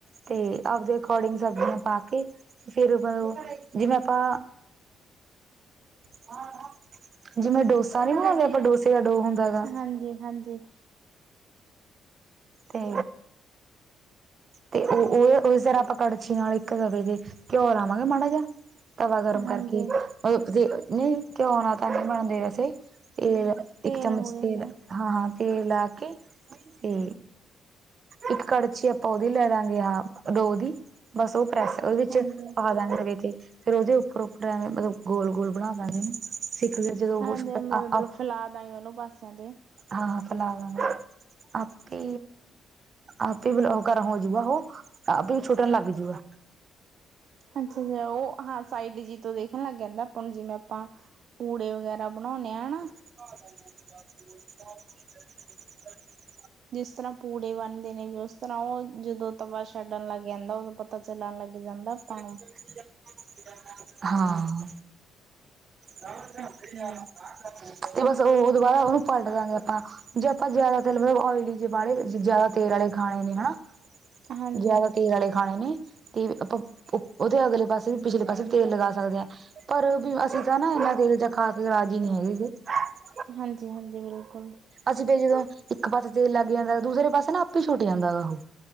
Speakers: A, on the right; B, on the right.
A: ਤੇ ਆਪਦੇ ਅਕੋਡਿੰਗ ਸਬਜ਼ੀਆਂ ਪਾ ਕੇ ਫੇਰ ਬੇ ਓ <unintelligible> ਜਿਵੇਂ ਆਪਾਂ <unintelligible> ਜਿਵੇਂ ਡੋਸਾ ਨੀਂ ਬਣਾਉਂਦੇ ਆਪਾਂ, ਡੋਸੇ ਦਾ ਡੋ ਹੁੰਦਾ ਹੇਗਾ।
B: ਹਾਂਜੀ ਹਾਂਜੀ।
A: ਤੇ ਤੇ ਓ, ਓ ਓਸ ਜ਼ਰਾ ਆਪਾਂ ਕੜਛੀ ਨਾਲ਼ ਇੱਕ ਤਵੇ ਦੇ, ਘੇਓ ਲਾਵਾਂਗੇ ਮਾੜਾ ਜਾ ਤਵਾ ਗਰਮ
B: ਹਾਂਜੀ
A: ਕਰਕੇ ਓ, ਅ, ਜੇ ਨਈ ਘੇਓ, ਨਾ ਤਾਂ ਨੀ ਬਣਦੇ ਵੈਸੇ ਤੇ
B: ਤੇਲ
A: ਇੱਕ ਚਮਚ
B: ਹੋ ਗਿਆ
A: ਤੇਲ
B: ਜ
A: ਹਾਂ, ਹਾਂ ਘੇਓ ਲਾ ਕੇ ਤੇ ਇੱਕ ਕਾੜਛੀ ਆਪਾਂ ਓਦੀ ਲੈ ਲਾਂਗੇ ਹਾਂ, ਡੋ ਦੀ ਬਸ ਓ ਕ੍ਰਾਸ ਓਦੇ ਚ,
B: ਹਾਂਜੀ,
A: ਪਾ ਦੇਣਾ ਤਵੇ ਤੇ ਫੇਰ ਓਦੇ ਉਪਰੋ, ਉਪਰੋ ਐਵੇਂ ਮਲਬ ਗੋਲੋ਼ ਗੋਲ਼ ਬਣਾ ਦਾਂਗੇ ਨਾ। ਸਿੱਖਦੇ ਜਦੋਂ
B: ਹਾਂਜੀ
A: <unintelligible>
B: ਮਤਲਬ
A: ਹਾਂ,
B: ਫੈਲਾ ਦਾਂਗੇ ਉਹਨੂੰ ਪਾਸਿਆਂ ਤੇ
A: ਹਾਂ ਫਲਾ ਆਪੇ ਆਪ ਹੀ ਬਲੋ ਘਰ ਹੋਜੂਗਾ ਉਹ ਆਪ ਹੀ ਛੂੱਟਣ ਲੱਗ ਜਉਗਾ।
B: ਅੱਛਾ ਅੱਛਾ, ਉਹ ਹਾਂ ਸਾਈਡ ਜੀ ਤੋਂ ਦੇਖਣ ਲੱਗ ਜਾਂਦਾ, ਆਪਾਂ ਜਿਵੇਂ ਆਪਾਂ ਪੂੜੇ ਵਗੈਰਾ ਬਣਾਉਂਣੇ ਆਂ ਨਾਂ।
A: <unintelligible>
B: ਜਿਸ ਤਰ੍ਹਾਂ ਪੂੜੇ ਬਣਦੇ ਨੇਂ ਵੀ ਉਸ ਤਰ੍ਹਾਂ ਉਹ ਜਦੋਂ ਤਵਾ ਛੱਡਣ ਲੱਗ ਜਾਂਦਾ ਉਹਦ ਪਰ ਪੱਤਾ ਚੱਲਣ ਲੱਗ ਜਾਂਦਾ। ਆਪਾਂ
A: <unintelligible>
B: ਨੂੰ
A: ਹਾਂ। <unintelligible> ਤੇ
B: ਓਕੇ
A: ਬਸ ਉਹ ਦੁਬਾਰਾ ਉਹਨੂੰ ਪਲਟ ਦਾਂਗੇ ਆਪਾਂ ਜੇ ਆਪਾਂ ਜਿਆਦਾ ਤੇਲ ਮਤਲਬ ਓਇਲੀ ਜੇ ਬਾਲੇ ਜ਼ਿਆਦਾ ਤੇਲ ਵਾਲੇ ਖਾਣੇ ਨੀਂ ਹਨਾਂ।
B: ਹਾਂਜੀ,
A: ਜਿਆਦਾ ਤੇਲ ਵਾਲੇ ਖਾਣੇ ਨੇਂ ਤੇ ਵੀ ਆਪਾਂ ਉਹਦੇ ਅਗਲੇ ਪਾਸੇ ਵੀ, ਪਿਛਲੇ ਪਾਸੇ ਵੀ ਤੇਲ ਲਗਾ ਸਕਦੇ ਆਂ, ਪਰ ਅਸੀਂ <unintelligible> ਤਾਂ ਨਾਂ ਇਹਨਾਂ ਤੇਲ ਜਾਂ ਖਾ ਕੇ ਰਾਜੀ ਨ੍ਹੀਂ ਹੈਗੇ ਜੇ <unintelligible>
B: ਹਾਂਜੀ ਹਾਂਜੀ ਬਿਲਕੁਲ।
A: ਅਸੀਂ ਫਿਰ ਜਦੋਂ ਇੱਕ ਪਾਸੇ ਤੇਲ ਲੱਗ ਜਾਂਦਾ, ਦੂਸਰੇ ਪਾਸੇ ਨਾਂ ਆਪੀ ਛੁੱਟੀ ਜਾਂਦਾ ਉਹੋ।